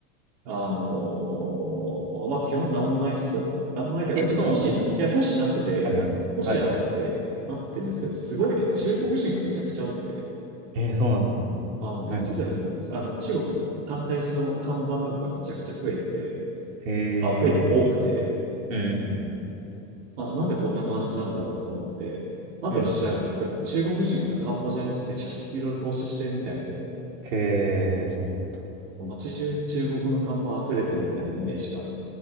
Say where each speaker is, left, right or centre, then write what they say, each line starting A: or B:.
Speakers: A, on the right; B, on the right.
A: あのーまあ、基本なんもないっすよ。なんもないけど、
B: え、
A: まあ一応都市にな、
B: そうなの
A: いや、都市になってて、
B: はいはい。
A: 都市になってて、
B: はいはいはい。
A: なってるんですけど、すごいね、中国人がめちゃくちゃ多くて、
B: うんえー、そうなんだ。
A: あの、
B: うん。
A: ついた時、あの、中国の簡体字の看板とかがめちゃくちゃ増えて、
B: へ
A: あ、増えてて多くて、
B: え。うん。
A: まあ、なんでこんな感じなんだろうと思って、後で調べたらすごい、
B: うんうん。
A: 中国人がカンボジアにめちゃくちゃいろいろ投資してるみたいで、
B: へえ、そうなんだ。
A: 街中に中国の看板溢れてるみたいなイメージが